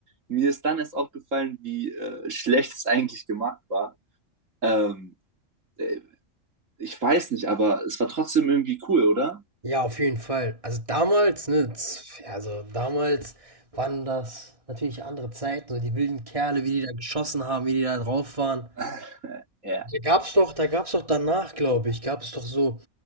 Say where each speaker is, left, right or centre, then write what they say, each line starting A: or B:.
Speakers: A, on the right (about 80°); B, on the right (about 25°).
A: mir ist dann erst aufgefallen, wie äh, schlecht es eigentlich gemacht war. Ähm, äh, ich weiß nicht, aber es war trotzdem irgendwie cool, oder?
B: Ja, auf jeden Fall. Also damals, ne, z- ja, also damals waren das natürlich andere Zeiten, so die wilden Kerle, wie die da geschossen haben, wie die da drauf waren.
A: <laughs> Ja,
B: Da gab's doch, da gab's doch danach, glaube ich, gab es doch so